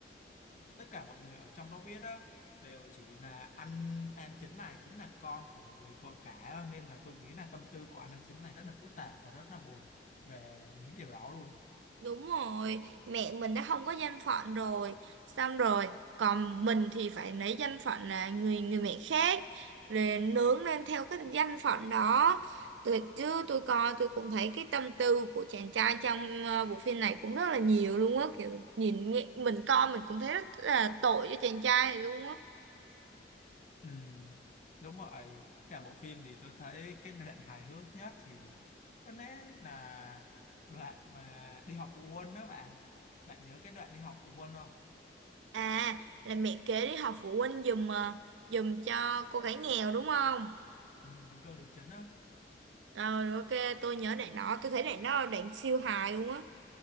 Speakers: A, on the left; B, on the right.
A: tất cả mọi người ở trong đó biết á đều chỉ là anh nam chính này chính là con của người vợ cả á. nên là tôi nghĩ là tâm tư của anh nam chính này rất là phức tạp và rất là buồn về những điều đó luôn
B: Đúng rồi, mẹ mình đã không có danh phận rồi, xong rồi, còn mình thì phải lấy danh phận là người người mẹ khác, rồi nướng lên theo cái danh phận đó. Tôi chứ tôi coi tôi cũng thấy cái tâm tư của chàng trai trong ờ, bộ phim này cũng rất là nhiều luôn á, kiểu nhìn mẹ- mình coi mình cũng thấy rất là tội cho chàng trai này luôn á.
A: Ừ, đúng vậy. Cả bộ phim thì tôi thấy cái đoạn hài hước nhất thì có lẽ là đoạn mà đi họp phụ huynh đó bạn. Bạn nhớ cái đoạn đi họp phụ huynh không?
B: À, là mẹ kế đi học phụ huynh giùm ờ, giùm cho cô gái nghèo đúng không?
A: Ừ, dùng cho Lý Trấn á.
B: Ờ, Rồi ok, tôi nhớ đoạn đó, tôi thấy đoạn đó là đoạn siêu hài luôn á.